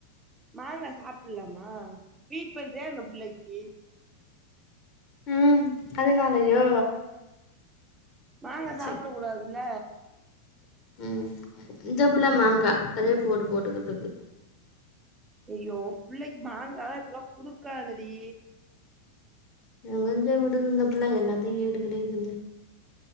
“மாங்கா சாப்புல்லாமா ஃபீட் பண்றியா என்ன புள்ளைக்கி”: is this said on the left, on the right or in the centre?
Right